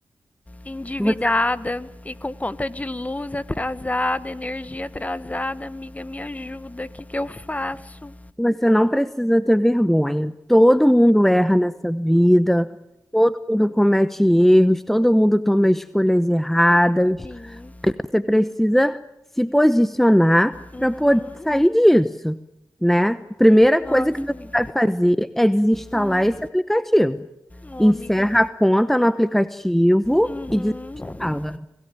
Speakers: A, on the left; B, in the centre.
A: endividada
B: Você,
A: e com conta de luz atrasada, energia atrasada, amiga, me ajuda, o que, que eu faço?
B: você não precisa ter vergonha. Todo mundo erra nessa vida, todo mundo comete erros, todo mundo toma escolhas erradas.
A: Sim.
B: Você precisa se posicionar
A: Uhum.
B: para poder sair disso, né? A primeira coisa
A: Nossa,
B: que você
A: amiga.
B: vai fazer é desinstalar
A: Hum.
B: esse aplicativo.
A: Oh,
B: Encerra
A: amiga.
B: a conta no aplicativo
A: Uhum.
B: e desinstala,